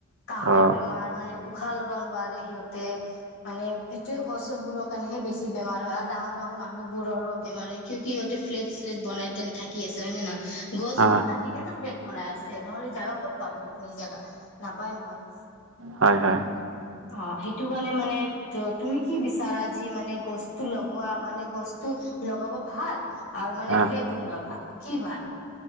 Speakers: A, on the left; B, on the right.
A: কাঁহৰ
B: অ
A: বেমাৰ মানে ও উশাহ ল'ব নোৱাৰে সিহঁতে মানে এইটোয়ে গছ বোৰৰ কৰণে হে বেছি বেমাৰ হয় আৰু ডাঙৰ ডাঙৰ মানুহ বোৰৰো বেমাৰ হয় কিয় কি সিহতে ফ্লেট চ্লেট বনাই থাকি আছে হয় নে নয় গছবোৰ
B: অ
A: কাটি কেট ফ্ৰেক বনাই আছে নহলে জাগা ক'ত পাব সেইখিনি জোগা নাপায় নহয়
B: হয় হয়
A: অ সেইটো কাৰণে মানে ত তুমি কি বিচাৰাজি মানে গছটো লগোৱা মানে গছ টো লগাব ভাল আৰু মানে
B: অ
A: ফ্লেট বনোৱা ভাল কি ভাল